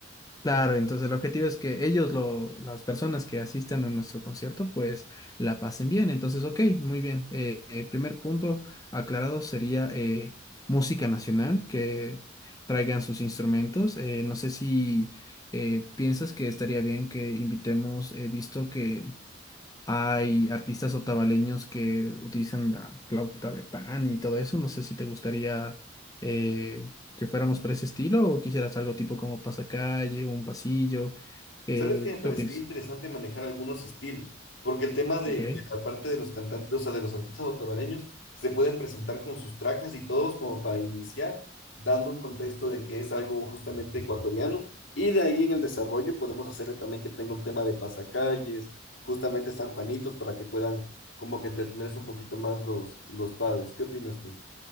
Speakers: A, on the left; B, on the left.
A: Claro, entonces el objetivo es que ellos, lo, las personas que asistan a nuestro concierto, pues la pasen bien. Entonces, ok, muy bien. Eh, el primer punto aclarado sería eh, música nacional, que traigan sus instrumentos. Eh, no sé si eh, piensas que estaría bien que invitemos, he visto que hay artistas otavaleños que utilizan la flauta de pan y todo eso. No sé si te gustaría eh, que fuéramos por ese estilo o quisieras algo tipo como pasacalle, un pasillo. Eh,
B: Sabes que me parecería
A: ¿qué opinas?
B: interesante manejar algunos estilos, porque el tema de,
A: Ok.
B: de la parte de los cantantes, o sea, de los artistas otavareños, se pueden presentar con sus trajes y todos como para iniciar, dando un contexto de que es algo justamente ecuatoriano, y de ahí en el desarrollo podemos hacerle también que tenga un tema de pasacalles, justamente San Juanitos, para que puedan como que entretenerse un poquito más los, los padres. ¿Qué opinas tú?